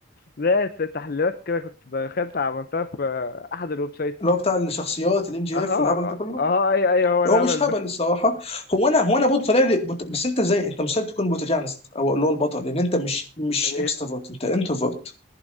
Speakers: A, on the left; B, on the left.
A: ده تحليلات كده كنت دخلت عملتها في احد الويب سايتس
B: اللي هو بتاع الشخصيات الام جي
A: اها
B: اف والهبل ده كله
A: اها اي اي هو الهبل
B: هو مش هبل
A: ده
B: الصراحه هو انا هو انا برضه طالع لي بت... بس انت زي انت مستحيل تكون بروتاجانست او اللي هو البطل لان انت مش مش
A: ايه
B: اكستروفرت انت انتروفرت